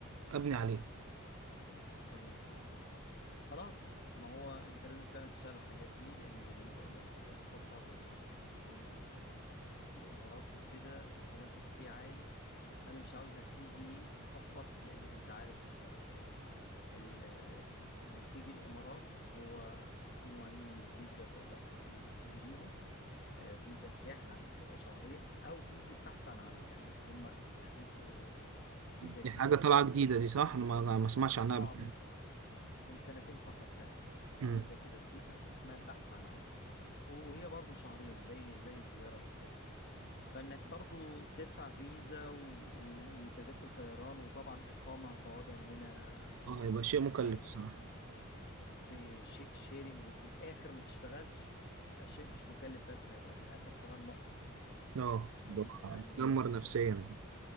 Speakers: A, on the right; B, on the left.
A: ابني عليه
B: تمام خلاص ما هو انت لازم فعلا تشتغل الحاجات دي لان زي ما انا بقول لك السفر وانك تيجي هنا الإمارات وكده التنافس فيه عالي فأنا مش عاوزك تيجي تحبط لأنك أنت عارف آه، ال... آه، إنك تيجي الإمارات هو في نوعين من الفيزا تقدر تيجي تيجي بيهم آه، فيزا سياحة تبقى شهرين أو فيزا بحث عن عمل يعني هم استحدثوا فيزا جديدة
A: دي حاجه
B: من
A: طالعه
B: من
A: جديده
B: سنة
A: دي صح انا ما ما اسمعش عنها
B: آه
A: قبل كده
B: من من سنتين فقط لا غير
A: أمم.
B: فيزا كده اسمها اسمها البحث عن عمل وهي برضو شهرين زي زي الزيارة بالظبط فانك برضو تدفع فيزا و... و... وتذاكر طيران وطبعا اقامة هتقعدها هنا
A: اه هيبقى شيء مكلف
B: في
A: الصراحه
B: في شي... شيرنج وفي الاخر ما تشتغلش هيبقى شيء مش مكلف بس هيبقى للاسف كمان محبط
A: اه
B: هيخليك يعني
A: بتدمر نفسيا